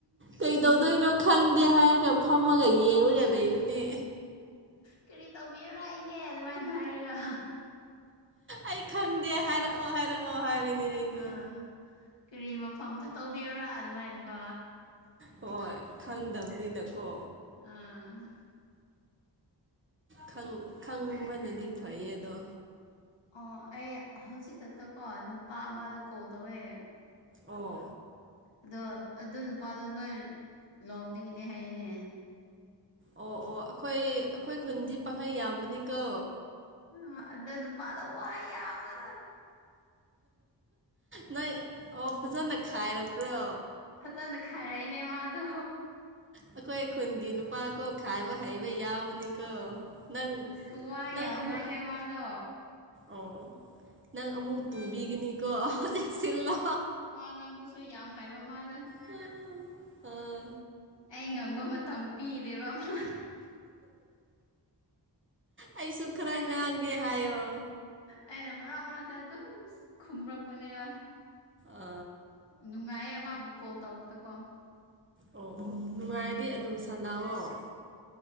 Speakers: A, on the right; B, on the left.
A: ꯀꯩꯗꯧꯗꯣꯏꯅꯣ ꯈꯪꯗꯦ ꯍꯥꯏꯔꯒ ꯐꯝꯃꯒ ꯌꯦꯡꯂꯡꯉꯒ ꯂꯩꯕꯅꯦ
B: ꯀꯔꯤ ꯇꯧꯕꯤꯌꯨꯔꯥ ꯏꯅꯦ ꯑꯗꯨꯃꯥꯏꯅ ꯍꯥꯏꯔꯒ
A: ꯑꯩ ꯈꯪꯗꯦ ꯍꯥꯏꯔꯛꯑꯣ ꯍꯥꯏꯔꯛꯑꯣ ꯍꯥꯏꯔꯅꯤ ꯑꯩꯗꯤ
B: ꯑꯥ ꯀꯔꯤ ꯃꯐꯝꯗ ꯇꯧꯕꯤꯌꯨꯔꯥ ꯑꯗꯨꯃꯥꯏꯅꯀꯣ
A: ꯍꯣꯏ ꯈꯪꯗꯕꯅꯤꯅꯀꯣ
B: ꯑꯥ
A: ꯈꯪ ꯈꯪꯕꯅꯗꯤ ꯐꯩꯌꯦ ꯑꯗꯣ
B: ꯑ ꯑꯩ ꯍꯧꯖꯤꯛ ꯈꯛꯇ ꯀꯣ ꯅꯨꯄꯥ ꯑꯃꯗ ꯀꯣꯜ ꯇꯧꯋꯦ
A: ꯑꯣ
B: ꯑꯗꯣ ꯑꯗꯨ ꯅꯨꯄꯥꯗꯣ ꯅꯣꯏ ꯂꯣꯝꯗꯒꯤꯅꯦ ꯍꯥꯏꯌꯦꯅꯦ
A: ꯑꯣ ꯑꯣ ꯑꯩꯈꯣꯏ ꯑꯈꯣꯏ ꯈꯨꯟꯗꯤ ꯄꯥꯈꯩ ꯌꯥꯝꯕꯅꯤꯀꯣ
B: ꯑ ꯑꯗꯣ ꯅꯨꯄꯥꯗꯣ ꯋꯥ ꯌꯥꯝꯉꯔ
A: ꯅꯪ ꯑꯣ ꯐꯖꯅ ꯈꯥꯏꯔꯛꯄ꯭ꯔꯣ
B: ꯐꯖꯅ ꯈꯥꯏꯔꯛꯑꯦꯅꯦ ꯃꯥꯗꯣ
A: ꯑꯩꯈꯣꯏ ꯈꯨꯟꯒꯤ ꯅꯨꯄꯥ ꯀꯣ ꯈꯥꯏꯕ ꯍꯩꯕ ꯌꯥꯎꯕꯅꯤꯀꯣ ꯅꯪꯪ
B: ꯑꯁ ꯋꯥ
A: ꯅꯪ
B: ꯌꯥꯝ
A: ꯑꯃꯨꯛ
B: ꯉꯥꯡꯉꯦ ꯃꯥꯗꯣ
A: ꯑꯣ ꯅꯪ ꯑꯃꯨꯛ ꯇꯨꯕꯤꯒꯅꯤ ꯀꯣ ꯆꯦꯛꯁꯤꯜꯂꯣ
B: ꯋꯥ ꯉꯥꯡꯕꯁꯨ ꯌꯥꯝ ꯍꯥꯏꯕ ꯃꯥꯗ
A: ꯅꯪ ꯑꯣ
B: ꯑꯩ ꯉꯥꯡꯕ ꯃꯇꯝ ꯄꯤꯗꯦꯕ ꯑꯃ
A: ꯑꯩꯁꯨꯨ ꯈ꯭ꯔ
B: ꯑꯩꯅ
A: ꯉꯥꯡꯒꯦ ꯍꯥꯏꯌꯣ
B: ꯑꯩꯅ ꯃꯔꯛ ꯃꯔꯛꯇ ꯑꯗꯨꯝ ꯈꯨꯝꯔꯛꯄꯅꯦꯕ
A: ꯑ
B: ꯅꯨꯡꯉꯥꯏꯌꯦ ꯃꯥꯕꯨ ꯀꯣꯜ ꯇꯧꯕꯗꯣꯀꯣ
A: ꯑꯣ ꯑꯣ ꯅꯨꯡꯉꯥꯏꯔꯗꯤ ꯑꯗꯨꯝ ꯁꯥꯟꯅꯥꯎꯑꯣ